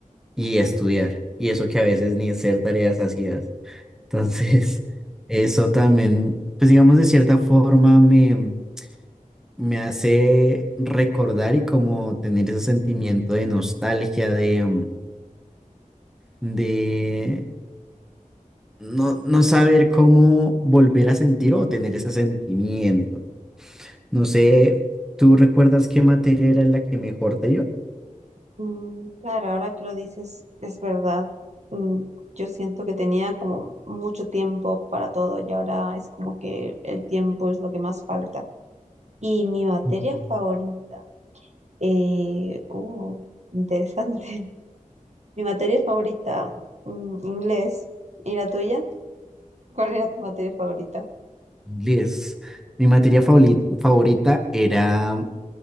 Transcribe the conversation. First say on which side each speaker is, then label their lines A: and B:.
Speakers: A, in the centre; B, on the right (about 55°).
A: y estudiar, y eso que a veces ni hacer tareas hacías. Entonces, <laughs> eso también, pues digamos de cierta forma me me hace recordar y como tener ese sentimiento de nostalgia, de, mm, de no, no saber cómo volver a sentir o tener ese sentimiento. No sé, ¿tú recuerdas qué materia era la que mejor te iba?
B: Mm, Claro, ahora que lo dices, es verdad. Mm, Yo siento que tenía como mucho tiempo para todo y ahora es como que el tiempo es lo que más falta. Y mi materia
A: Mm.
B: favorita, eh, oh, interesante. <laughs> Mi materia favorita, mm, inglés. ¿Y la tuya? ¿Cuál era tu materia favorita?
A: Inglés. Mi materia favoli- favorita era mm,